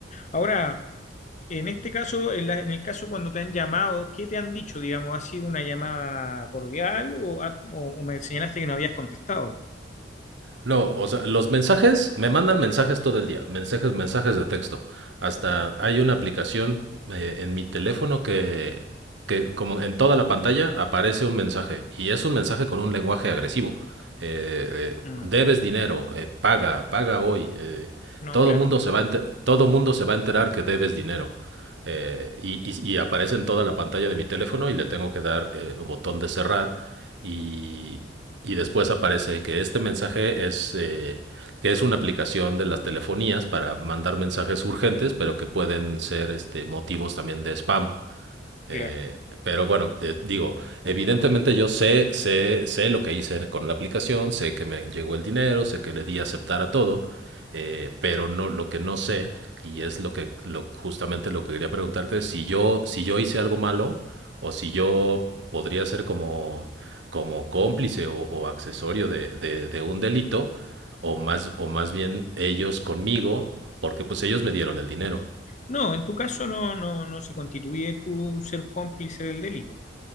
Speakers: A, on the left (about 40°); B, on the right (about 70°).
A: Ahora, en este caso, en, la- en el caso cuando te han llamado, ¿qué te han dicho? Digamos, ¿ha sido una llamada cordial o, ha- o- o me señalaste que no habías contestado?
B: No, o sea, los mensajes, me mandan mensajes todo el día, mensajes, mensajes de texto. Hasta hay una aplicación eh, en mi teléfono que, que como en toda la pantalla aparece un mensaje y es un mensaje con un lenguaje agresivo. Eh, eh,
A: Mm,
B: debes dinero, eh, paga, paga hoy. eh,
A: no,
B: todo
A: claro.
B: mundo se va a enter- todo mundo se va a enterar que debes dinero. Eh, y, y- y aparece en toda la pantalla de mi teléfono y le tengo que dar eh, el botón de cerrar y, y después aparece que este mensaje es, eh, que es una aplicación de las telefonías para mandar mensajes urgentes, pero que pueden ser este, motivos también de spam.
A: Claro.
B: Eh, pero bueno, eh, digo, evidentemente yo sé, sé, sé lo que hice con la aplicación, sé que me llegó el dinero, sé que le di a aceptar a todo, eh, pero no, lo que no sé, y es lo que lo, justamente lo que quería preguntarte, es si yo, si yo hice algo malo o si yo podría ser como, como cómplice o, o accesorio de, de- de un delito, o más, o más bien ellos conmigo, porque pues ellos me dieron el dinero.
A: No, en tu caso no, no, no se constituye tu ser cómplice del delito.